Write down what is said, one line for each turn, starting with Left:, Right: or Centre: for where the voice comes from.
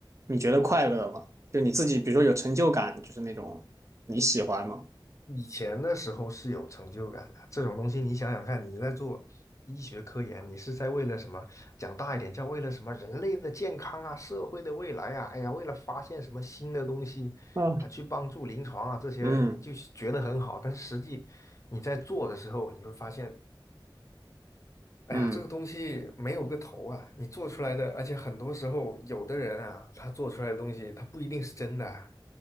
Right: 你觉得快乐吗？就你自己，比如说有成就感，就是那种你喜欢吗？
Left: 以前的时候是有成就感的，这种东西你想想看，你在做医学科研，你是在为了什么？讲大一点，叫为了什么？人类的健康啊，社会的未来啊，哎呀，为了发现什么新的东西啊，
Right: 啊，
Left: 去帮助临床啊，这些你就觉得很好，
Right: 嗯
Left: 但是实际你在做的时候，你会发现，哎呀，
Right: 嗯
Left: 这个东西没有个头啊，你做出来的，而且很多时候有的人啊，他做出来的东西，他不一定是真的啊